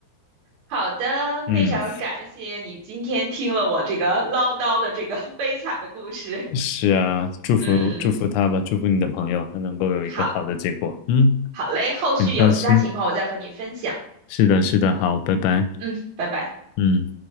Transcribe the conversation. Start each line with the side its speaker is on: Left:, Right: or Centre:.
Right: 好的，
Left: 嗯，
Right: 非常感谢你今天听了我这个唠叨的这个 <laughs> 悲惨的故事。
Left: 是啊，祝福祝福他吧，
Right: 嗯，
Left: 祝福你的朋友，他能够有一个好的结果。
Right: 好，
Left: 嗯，
Right: 好嘞，后续有其他情况我再和你分享。
Left: 很开心。是的，是的，好，拜拜。
Right: 嗯，拜拜。
Left: 嗯。